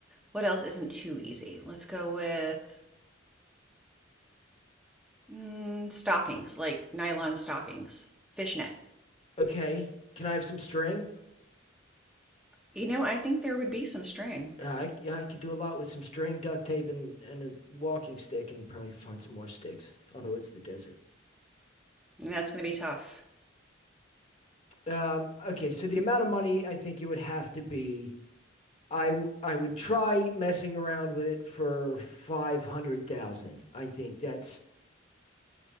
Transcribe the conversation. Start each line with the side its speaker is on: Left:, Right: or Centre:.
Centre: what else isn't too easy? Let's go with mm, stockings, like nylon stockings, fishnet.
Left: Okay, can I have some string?
Centre: You know, I think there would be some string.
Left: Uh, I yeah, I could do a lot with some string, duct tape, and and a walking stick, and probably find some more sticks. Although it's the desert.
Centre: That's going to be tough.
Left: Um, okay, so the amount of money I think it would have to be, I w- I would try messing around with it for five hundred thousand. I think that's